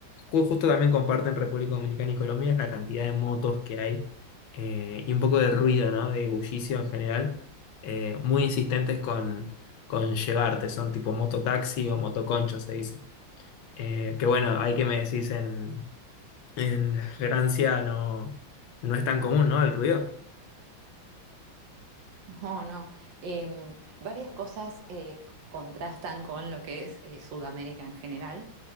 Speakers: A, on the left; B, on the right.
A: ju- justo también comparten República Dominicana y Colombia es la cantidad de motos que hay eh, y un poco de ruido, ¿no? De bullicio en general. eh, muy insistentes con, con llevarte, son tipo mototaxi o motoconcho, se dice. Eh, que bueno, hay que me decís en, en Francia no, no es tan común, ¿no? El ruido.
B: No, no. Em, varias cosas eh, contrastan con lo que es eh, Sudamérica en general.